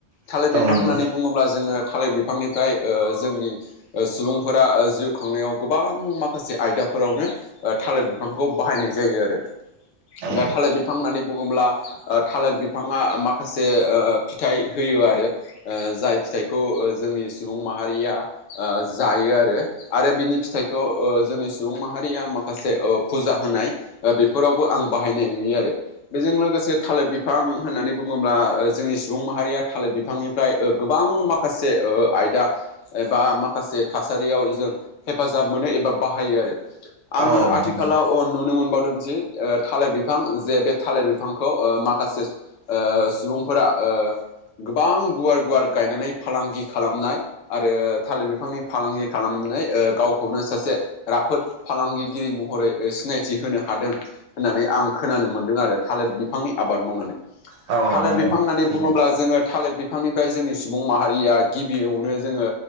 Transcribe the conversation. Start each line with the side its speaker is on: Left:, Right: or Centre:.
Left: थालिर बिफां
Right: नंगौ
Left: होननानै बुङोब्ला जोङो थालिर बिफांनिफ्राय ओ जोंनि ओ सुबुंफोरा जिउ खांनायाव गोबां माख खासे आयदाफोरावनो ओ थालिर बिफांखौ बाहायनाय जायो आरो।
Right: औ
Left: दा थालिर बिफां होननानै बुङोब्ला ओ थालिर बिफाङा माखासे फिथाइ होयो आरो ओ जाय फिथाइखौ ओ जोंनि सुबुं माहारिया ओ जायो आरो। आरो बिनि फिथाइखौ ओ जोंनि सुबुं माहारिया माखासे ओ फुजा होनाय बेफोरावबो आं बाहायनाय नुयो आरो। बेजों लोगोसे थालिर बिफां होननानै बुङोब्ला जोंनि सुबुं माहारिया थालिर बिफांनिफ्राय ओ गोबां माख खासे ओ आयदा एबा माखासे थासारियाव जों हेफाजाब मोनो एबा बाहायो आरो आङो
Right: औ
Left: आथिखालाव
Right: नंगौ
Left: ओ नुनो मोनबावदोंस थालिर बिफां जे बे थालेर बिफां बिफांखौ ओ माखासे ओ सुबुंफोरा ओ गोबां गुवार गुवार गायनानै फालांगि खालामनाय आरो थालिर बिफांनि फालांगि खालामनानै ओ गावखौनो सासे राफोद फालांगिगिरि महरै सिनायथि होनो हादों होननानै आं खोनानो मोन्दों आरो। थालिर बिफांनि आबाद मावनानै।
Right: औ
Left: थालिर
Right: नंगौ
Left: बिफां होननानै
Right: सैथो
Left: बुङोब्ला जोङो थालिर बिफ फांनिफ्राय जोंनि सुबुं माहारिया गिबियावनो जोङो